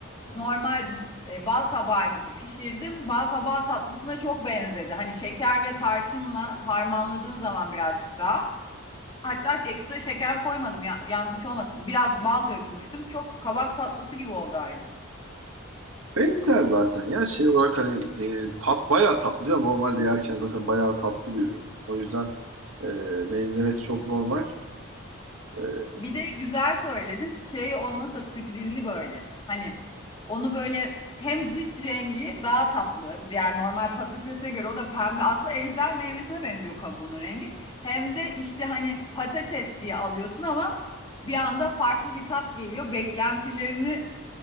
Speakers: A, on the left; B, on the right.
A: normal e, bal kabağı gibi pişirdim. Bal kabağı tatlısına çok benzedi. Hani şeker ve tarçınla harmanladığın zaman birazcık daha. Hatta ekstra şeker koymadım ya, yanlış olmasın. Biraz bal dökmüştüm. Çok kabak tatlısı gibi oldu aynı.
B: Benzer zaten ya şey olarak hani e, tat bayağı tatlı canım. Normalde yerken zaten bayağı tatlı bir ürün. O yüzden e, benzemesi çok normal. E,
A: Bir de güzel söyledin. Şey olması da sürprizli böyle. Hani onu böyle hem dış rengi daha tatlı. Diğer normal patatese göre o da pembe. Aslında ejder meyvesine benziyor kabuğunun rengi. Hem de işte hani patates diye alıyorsun ama bir anda farklı bir tat geliyor. Beklentilerini